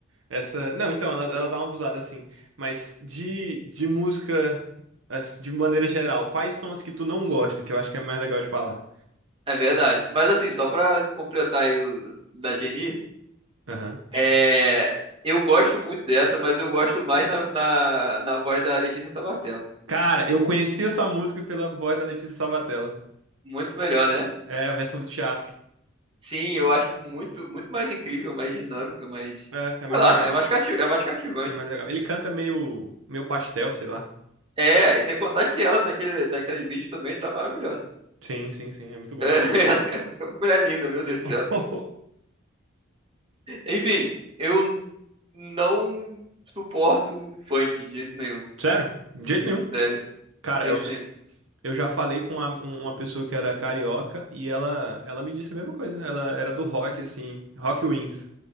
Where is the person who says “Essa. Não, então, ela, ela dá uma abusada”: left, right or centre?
Right